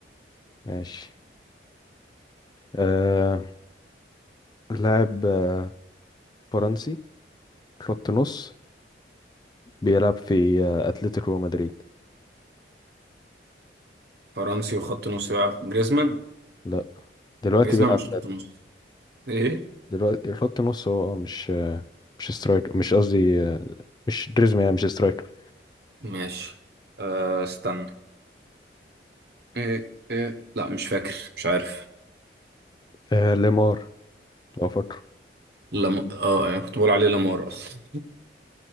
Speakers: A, on the left (about 20°); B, on the right (about 60°).
A: ماشي آه لاعب آه فرنسي خط نص بيلعب في آه اتلتيكو مدريد
B: فرنسي وخط نص بقى جريزمان
A: لا دلوقتي
B: جريزمان
A: بيلعب
B: مش خط
A: بدل
B: نص ايه
A: دلوقتي خط نص هو آه، مش آه، مش سترايكر مش قصدي آه، مش دريزما يعني مش سترايكر
B: ماشي أه استنى إيه إيه لا مش فاكر مش عارف
A: آه ليمار لو فاكره
B: لم... اه يعني كنت بقول عليه لامار اصلا